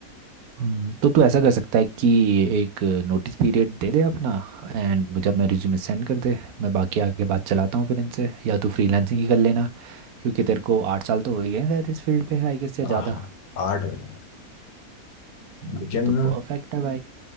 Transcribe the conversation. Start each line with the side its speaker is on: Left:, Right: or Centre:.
Right: हम्म, तो तू ऐसा कर सकता है कि एक नोटिस पीरियड दे दे अपना एंड मुझे अपना रिज्यूमे सेंड कर दे मैं बाकी आगे बात चलाता हूँ फिर इनसे या तू फ्रीलांसिंग ही कर लेना क्योंकि तेरे को आठ साल तो हो ही गए हैं शायद इस फील्ड पे आई गेस या ज़्यादा
Left: हाँ आर्ट हो जाएगा
Right: हम्म,
Left: लेकिन
Right: तो परफेक्ट है भाई